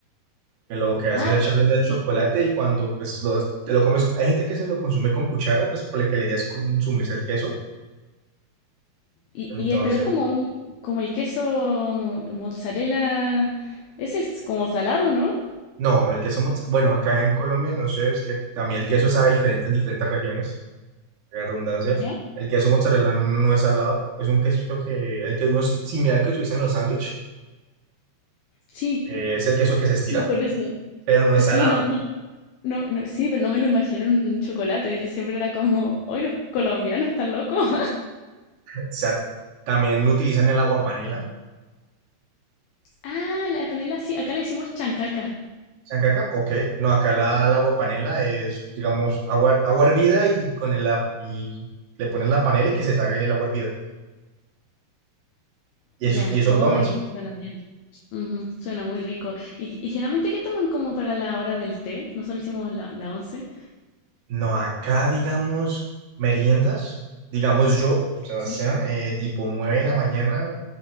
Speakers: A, on the right; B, on the left.
A: que lo que hace
B: Ah,
A: es echarle en el chocolate
B: y,
A: y cuando pues lo- te lo comes, hay gente que se lo consume con cuchara, pues por la que la idea es consumirse el queso.
B: y,
A: Entonces,
B: y es- pero es como un, como el queso mozzarella. Ese es como salado, ¿no?
A: no, el queso, mozza- bueno, acá en Colombia, no sé, es que también el queso sabe diferente en diferentes regiones, la redundancia.
B: ¿Ya?
A: El queso mozzarella no es salado, es un quesito que, el que es similar al que utilizan en los sándwiches
B: Sí,
A: Eh, es el queso que se estira,
B: sí, por eso.
A: pero no es
B: Sí,
A: salado.
B: no, no, no, no, sí, pero no me lo imagino en un chocolate. Yo siempre era como, hoy los colombianos están locos.
A: O sea, también lo utilizan el agua panela.
B: Ah, la panela sí, acá le decimos chancaca.
A: ¿Saben que acá? Ok. No, acá la, la agua panela es, digamos, agua, agua hervida y, con el, a- y le ponen la panela y que se salga en el agua hervida. Y
B: Ya,
A: eso, y eso
B: hoy
A: lo tomas.
B: suena bien. Ujú, suena muy rico. ¿Y, y generalmente qué toman como para la hora del té? Nosotros hicimos la, la once.
A: No, acá, digamos, meriendas, digamos yo, Sebastián,
B: Sí.
A: eh, tipo 9 de la mañana,